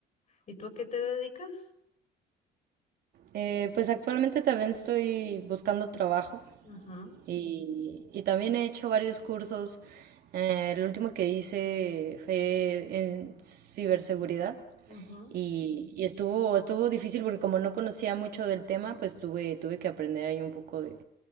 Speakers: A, on the left; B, on the right.
A: ¿Y tú a qué te dedicas?
B: Eh, pues actualmente también estoy buscando trabajo
A: Ajá,
B: y, y también he hecho varios cursos. Eh, el último que hice fue en ciberseguridad
A: ujú,
B: y, y estuvo, estuvo difícil porque como no conocía mucho del tema, pues tuve, tuve que aprender ahí un poco de,